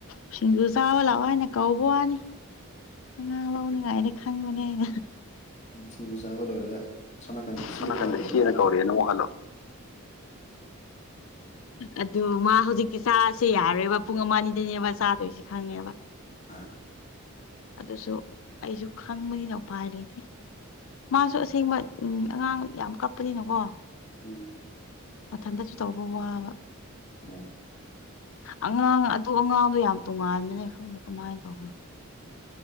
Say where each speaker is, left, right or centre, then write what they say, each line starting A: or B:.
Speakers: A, on the left (about 65°); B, on the left (about 30°).
A: ꯁꯤꯁꯤꯡꯒꯨ ꯆꯥꯕ ꯂ ꯋꯥꯅꯦ ꯀꯧꯕꯣ ꯋꯥꯅꯤ ꯉꯥꯡ ꯂꯧ ꯂꯩꯉꯥꯏꯗꯤ ꯈꯪꯕꯅꯦ ꯍꯥꯏꯏꯅ
B: ꯁꯤꯡꯖꯨ ꯆꯥꯕ ꯂꯣꯏꯔꯒ ꯁꯣꯝ ꯅꯥꯀꯟꯗ ꯏꯆꯦꯅ
A: ꯁꯣ ꯅꯥꯀꯟꯗ
B: ꯀꯧꯔꯛꯑꯦꯅ
A: ꯏꯆꯦꯅ
B: ꯑꯃꯨꯛ ꯍꯜꯂꯣ
A: ꯀꯧꯔꯦ ꯅꯪ ꯑꯃꯛꯍꯜꯂꯣ ꯑꯗꯨ ꯃꯥ ꯍꯧꯖꯤꯛꯇꯤ ꯆꯥꯁꯦ ꯌꯥꯔꯣꯏꯕ ꯄꯨꯡ ꯑꯃ ꯑꯅꯤꯗꯅꯦꯕ ꯆꯥꯗꯣꯏꯁꯦ ꯈꯪꯉꯦꯕ
B: ꯑꯥ
A: ꯑꯗꯨꯁꯨ ꯑꯩꯁꯨ ꯈꯪꯕꯅꯤꯅ ꯎꯄꯥꯏ ꯂꯩꯇꯦ ꯃꯥꯁꯨ ꯁꯤ ꯎꯝ ꯑꯉꯥꯡ ꯌꯥꯝ ꯀꯞꯄꯅꯤꯅꯀꯣ
B: ꯎꯝ
A: ꯃꯊꯟꯇꯁꯨ ꯇꯧꯕ ꯋꯥꯕ
B: ꯎꯝ
A: ꯑꯉꯥꯡ ꯑꯗꯨ ꯑꯉꯥꯡꯗꯣ ꯌꯥꯝ ꯇꯣꯉꯥꯟꯕꯅꯦ ꯈꯪꯗꯦ ꯀꯃꯥꯏꯅ ꯇꯧꯕꯅꯣ